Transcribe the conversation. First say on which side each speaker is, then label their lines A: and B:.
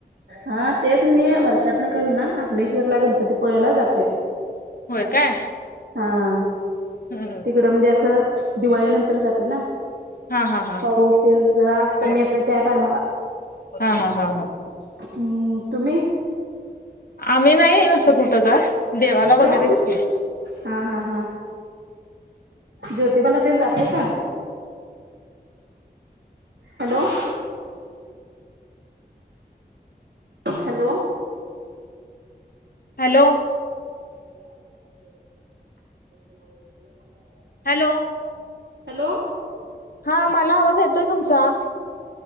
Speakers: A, on the right (about 85°); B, on the left (about 60°).
A: हा तेच मी वर्षात न कवी ना मरलेश्वरला गणपतीपूळ्याला जातोय.
B: होय काय?
A: हं
B: हा
A: तिकडं म्हणजे असं दिवाळी नंतर जाते ना?
B: हा हा
A: पाऊस तेन जरा कमी
B: हा
A: येतोय त्या टायमाला
B: हा हा
A: हम्म
B: हा
A: तुम्ही?
B: आम्ही नाही असं कुठं जात देवाला
A: का
B: वगैरेच की.
A: हा हा हा. ज्योतिबाला तेन जातायसा? Hello hello
B: hello
A: <inaudible>
B: hello
A: hello
B: हा मला आवाज येतोय तुमचा.